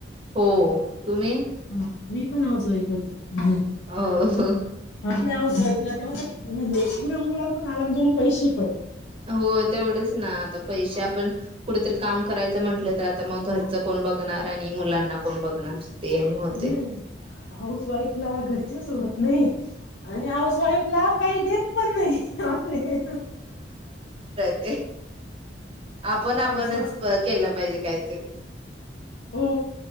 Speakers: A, on the right; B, on the left.
A: हो. तुम्ही
B: ह मी पण हाऊस वाईफ. बज. हम्
A: हो
B: आपल्या हौस वाइफला तेव्हा म्हणजे विरंगोळा पण आला दोन पैसे पन
A: हो तेवढेच ना आता पैसे आपण कुठेतरी काम करायचं म्हटलं तर आता मग घरचं कोण बघणार आणि मुलांना कोण बघणार? ते आणि होते.
B: नाही हाऊस वाईफला घरच्या सोडत नाही. नाही. आणि हाऊस वाईफ ला काही देत पण नाही असे
A: अ आपण आपणच
B: हाऊस वाईफ
A: केलं पाहिजे. कायतरी
B: हो.